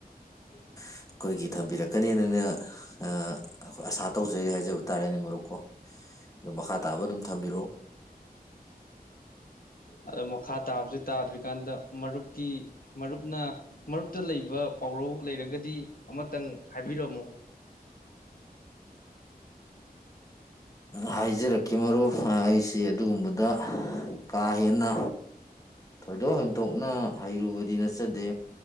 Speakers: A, on the left (about 65°); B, on the left (about 20°).
A: ꯎꯝ
B: ꯑꯩꯈꯣꯏꯒꯤ ꯊꯝꯕꯤꯔꯛꯀꯅꯦꯅꯅ ꯑꯥ ꯑꯩꯈꯣꯏ ꯑꯁꯥ ꯇꯧꯖꯔꯤ ꯍꯥꯏꯖꯕ ꯇꯥꯔꯦꯅꯦ ꯃꯔꯨꯞꯀꯣ ꯑꯣ ꯃꯈꯥ ꯇꯥꯕ ꯑꯗꯨꯝ ꯊꯝꯕꯤꯔꯛꯑꯣ
A: ꯑꯗꯣ ꯃꯈꯥ ꯇꯥꯕꯁꯦ ꯇꯥꯗ꯭ꯔꯤꯀꯥꯟꯗ ꯃꯔꯨꯞꯀꯤ ꯃꯔꯨꯞꯅ ꯃꯔꯨꯞꯇ ꯂꯩꯕ ꯄꯥꯎꯔꯧ ꯂꯩꯔꯒꯗꯤ ꯑꯃꯇꯪ ꯍꯥꯏꯕꯤꯔꯝꯃꯣ
B: ꯍꯥꯏꯖꯔꯛꯀꯦ ꯃꯔꯨꯞ ꯑꯩꯁꯦ ꯑꯗꯨꯒꯨꯝꯕꯗ ꯀꯥꯏꯍꯦꯅ ꯊꯣꯏꯗꯣꯛ ꯍꯦꯟꯗꯣꯛꯅ ꯍꯩꯔꯨꯕꯗꯤ ꯅꯠꯆꯗꯦ